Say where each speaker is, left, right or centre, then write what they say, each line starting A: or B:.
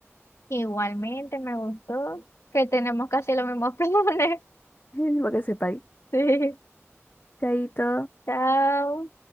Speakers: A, on the left (about 70°); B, on the left (about 40°).
A: Igualmente me gustó que tenemos casi los mismos <laughs> planes.
B: <laughs> Para que sepáis.
A: Sí.
B: Chaito.
A: Chao.